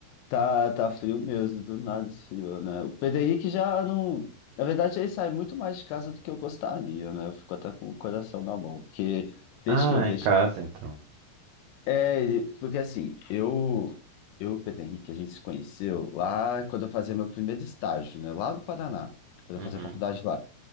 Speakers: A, on the left (about 80°); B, on the right (about 70°).
A: tá, tá frio mesmo, do nada esfriou, né? O Pedro Henrique já não... Na verdade, ele sai muito mais de casa do que eu gostaria, né? Eu fico até com o coração na mão, porque desde
B: Ah,
A: que eu deixo...
B: em casa então.
A: É, porque assim, eu, eu Pedro Henrique, a gente se conheceu lá quando eu fazia meu primeiro estágio, né? Lá do Paraná, quando
B: Uhum,
A: eu fazia faculdade lá.